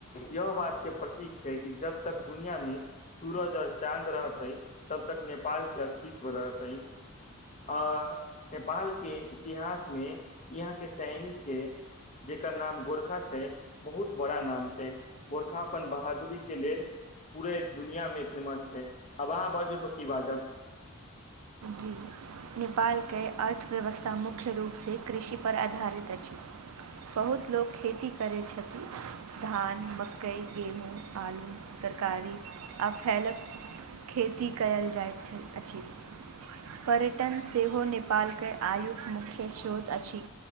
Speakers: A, on the left (about 35°); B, on the right (about 80°).
A: यह बात के प्रतीक छै कि जब तक दुनिया में सूरज आओर चाँद रहतै तब तक नेपाल के अस्तित्व रहतै। आऽ नेपाल के इतिहास मे इहाँ के सैनिक के जेकर नाम गोरखा छै बहुत बड़ा नाम छै। गोरखा अपन बहादुरी के लेल पूरे दुनियामे फेमस छैै आब आहाँ बाजू हौ की बाजब
B: जी नेपालके अर्थव्यवस्था मुख्य रूपसे कृषिपर आधारित अछि बहुत लोक खेती करैत छथि धान, मकई, गेहूँ, आलू तरकारी आ फलक खेती कयल जाइत छै अछि पर्यटन सेहो नेपालके आयुक मुख्य स्रोत अछि